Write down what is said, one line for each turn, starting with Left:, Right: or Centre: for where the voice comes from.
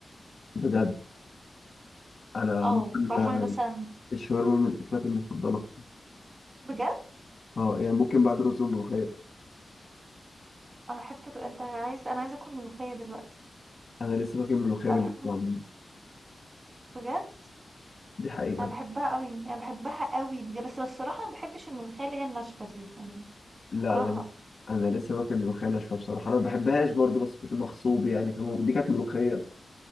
Left: بجد أنا
Right: اه بعرف
Left: عموما
Right: اعمل مثلا
Left: الشاورما من الأكلات المفضلة
Right: بجد
Left: اه يعني ممكن بعد رز وملوخية
Right: انا بحب الر- انت عايز انا عايزه اكل ملوخيه دلوقتي
Left: أنا لسه فاكر الملوخية باللحمة
Right: انا بحب
Left: عموما.
Right: بجد
Left: دي حقيقة
Right: انا بحبها قوي انا بحبها قوي بجد بس أنا الصراحه ما بحبش الملوخيه اللي هي الناشفه دي يعني
Left: لا
Right: بكرهها
Left: انا لسه انا لسه واكل ملوخيه ناشفه بصراحه انا ما بحبهاش برضو بس كنت مغصوب يعني فاهم دي كانت ملوخيه